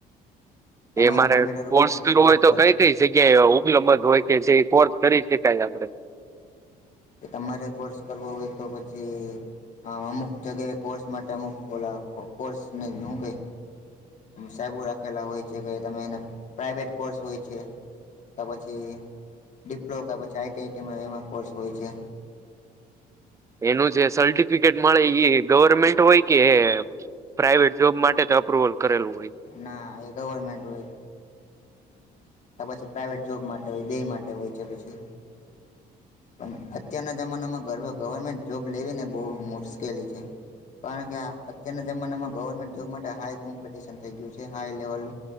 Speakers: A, on the left (about 45°); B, on the right (about 20°).
A: તમારે
B: એ મારે
A: કમ્પ્યુટર ઉપર
B: કોર્સ કરવ
A: જોબ
B: હોય તો
A: કર
B: કઈ કઈ જગ્યાએ ઉપલબ્ધ હોય કે જે કોર્સ કરી શકાય આપડે
A: કે તમારે કોર્સ કરવો હોય તો પછી હા અમુક જગ્યાએ કોર્સ માટે અમુક ખ કોર્સ ન હું કઈ સાેબુ રાખયલા હોય છે કે તમે એને પ્રાઇવેેટ કોર્સ હોય છે ત પછી ડિપ્લો કે પછી આઈટીઆઈટીમાં એવા કોર્સ હોય છે
B: એનું જે સર્ટિફિકેટ મળે એ ગવર્મેન્ટ હોય કે પ્રાઇવેટ જોબ માટે તો અપ્રુવલ કરેલું હોય
A: ના એ ગવર્મેન્ટ હોય કે પછી પ્રાઇવેટ જોબ માટે હોય બેેય માટે હોય છે પછી પણ અત્યારના જમાનામાં ગર્ભ ગવર્મેન્ટ જોબ લેવીને બહુ મુશ્કેલી છે કારણ કે અત્યારના જમાનામાં ગવર્મેન્ટ જોબ માટે હાઈ કોમ્પિટિશન થઈ ગયું છે હાઈ લેવલ